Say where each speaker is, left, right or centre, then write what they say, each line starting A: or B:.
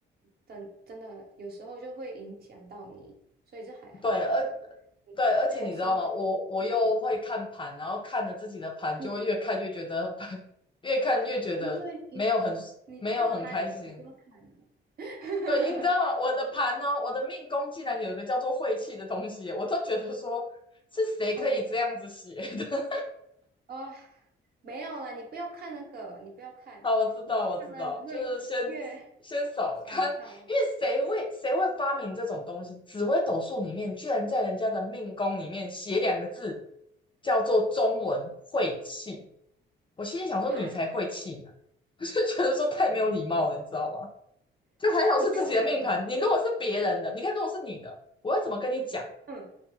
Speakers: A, on the right; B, on the left.
A: 真真的有时候就会影响到你，所以这还好的，
B: 对，而
A: 你就是要辛
B: 对，而且你知道吗？我我又会看盘，
A: 辛苦一点。
B: 然后看着自己的盘，
A: 嗯，
B: 就会越看越觉得 <laughs> 越看越觉得没有很没有很开心，
A: 那所以你你就要看了，你不要看了。<laughs>
B: 对，你知道吗？我的盘呢，我的命宫竟然有一个叫做晦气的东西，我都觉得说是谁可以这样子写的？
A: Oh my god！哇没有啦，你不要看那个，你不要看，
B: <laughs> 好，我知道，
A: 你看了你会越
B: 我知道，就是先先扫看，
A: 想到，
B: 因为谁会谁会发明这种东西？紫微斗数里面居然在人家的命宫里面写两个字，叫做中文晦气。我心里想说，
A: <laughs>
B: 你才晦气呢，<laughs> 我就觉得说太没有礼貌了，你知道吗？就还好是自己的命盘，
A: 你不要看了。
B: 你如果是别人的，你看如果是你的，我要怎么跟你讲？
A: 嗯